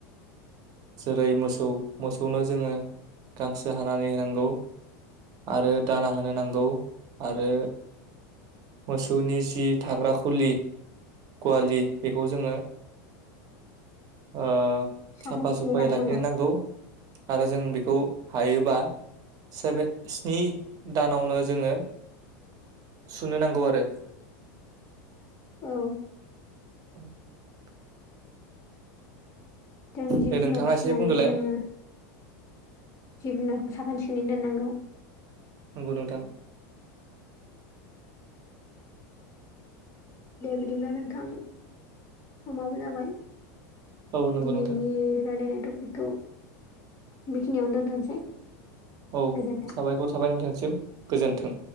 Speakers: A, on the right (about 40°); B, on the left (about 30°).
A: जेरै मोसौ मोसौनो जोङो गांसो हानानै होनांगौ। आरो दाना होनो नांगौ आरो मोसौनि जि थाग्रा खुलि गवालि बेखौ जोङो ओ‌
B: साखोन
A: साफा
B: सिखोनै
A: सुफायै
B: लाखिनांगौ
A: लाखिनो नांगौ आरो जों बेखौ हायोबा सेभेन स्नि दानावनो जोङो सुनो नांगौ आरो।
B: औ।
A: <inaudible>
B: जों जिब
A: दे
B: जुनार
A: नोंथाङा
B: फिसिनानैबो
A: एसे बुंदोलाय
B: जोङो जिब जुनारखौ साखोन सिखोनै दोननांगौ।
A: नंगौ नोंथां।
B: दे बिदिब्ला नोंथां समाबो जाबाय
A: औ नंगौ
B: दिनैनि
A: नोंथां
B: रायलायनाय टपिकखौ बेखिनियावनो दोनथ'नोसै।
A: औ
B: गोजोन्थों
A: साबायखर थाबाय नोंथांनिसिम गोजोन्थों।